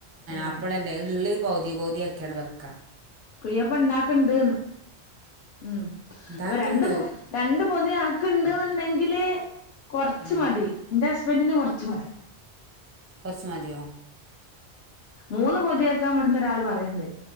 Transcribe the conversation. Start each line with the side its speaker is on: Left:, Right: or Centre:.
Left: ഉം
Right: അപ്പളല്ലേ ഇള്ള് പൗതി പൗതി ആക്കിയാണ്ട് വെക്കാ.
Left: കുയ്യപ്പ ഇണ്ടാക്ക്ണ്ട്ന്ന്. ഉം
Right: ഇണ്ടാക്ക്ണ്ട്
Left: അപ്പൊ രണ്ട് പൊ രണ്ട് പൊതിയാക്ക് ണ്ട് ന്ന്ണ്ടെങ്കില്. കൊർച്ച്
Right: ഉം
Left: മതി. ന്റെ ഹസ്ബൻറിന് കൊർച്ച് മതി.
Right: കൊർച്ച് മതിയോ?
Left: മൂന്ന് പൊതിയാക്കാൻ വട്ന്ന് ഒരാള് പറയ്ണ്ട്.